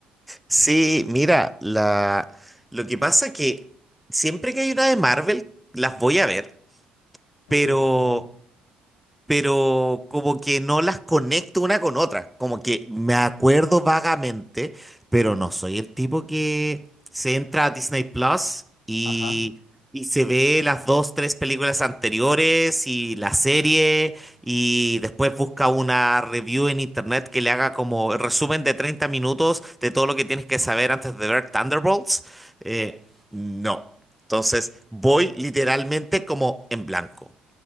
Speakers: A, in the centre; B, on the left.
A: Sí, mira, la... lo que pasa que siempre que hay una de Marvel, las voy a ver,
B: Ok.
A: pero
B: mm,
A: pero como que no las conecto una con otra. Como que me acuerdo vagamente, pero no soy el tipo que se entra a Disney Plus y,
B: Ajá.
A: y se ve las dos, tres películas anteriores y la serie y después busca una review en internet que le haga como el resumen de 30 minutos de todo lo que tienes que saber antes de ver Thunderbolts. Eh, no. Entonces voy literalmente como en blanco.